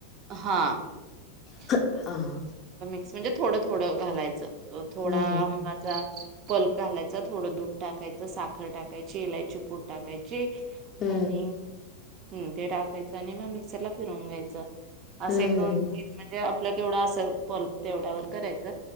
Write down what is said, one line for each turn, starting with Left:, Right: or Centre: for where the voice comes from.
Right: हां <inaudible>
Left: हा हा
Right: म्हणजे थोडं थोडं घालायचं तो थोडा
Left: हम्म
Right: आंबाचा पल्प घालायचा थोडं दूध टाकायचं, साखर टाकायची, इलायची पुड टाकायची.
Left: हम्म
Right: आणि हम् ते टाक <unintelligible> आणि मिक्सर फिरवून घ्यायचं असं
Left: हम्म
Right: एक दोन
Left: हम्म
Right: तीन म्हणजे आपलं केवढ अस पल्प तेवड्यावर करायच